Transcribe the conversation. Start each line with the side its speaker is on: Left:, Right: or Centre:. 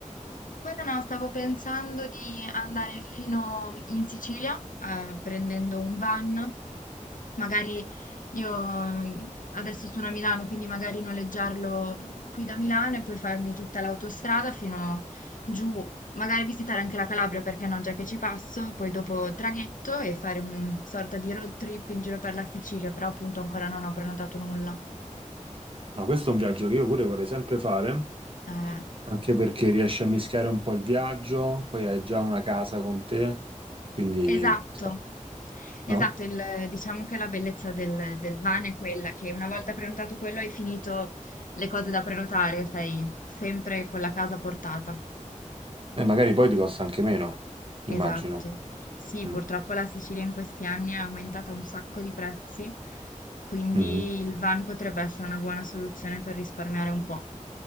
Left: Guarda, no, stavo pensando di andare fino in Sicilia, eh, prendendo un van. Magari io mm, adesso sono a Milano, quindi magari noleggiarlo qui da Milano e poi farmi tutta l'autostrada fino giù, magari visitare anche la Calabria, perché no, già che ci passo, poi dopo traghetto e fare una sorta di road trip in giro per la Sicilia, però appunto ancora non ho prenotato nulla.
Right: Ma questo è un viaggio che io pure vorrei sempre fare,
Left: Eh,
Right: anche perché riesci a mischiare un po' il viaggio, poi hai già una casa con te, quindi
Left: Esatto,
Right: questa-
Left: esatto.
Right: no?
Left: Il diciamo che la bellezza del del van è quella che una volta prenotato quello hai finito le cose da prenotare, sei sempre con la casa a portata.
Right: E magari poi ti costa anche meno, immagino.
Left: Esatto. Sì,
Right: Mm.
Left: purtroppo la Sicilia in questi anni ha aumentato un sacco di prezzi, quindi
Right: Mhm.
Left: il van potrebbe essere una buona soluzione per risparmiare un po'.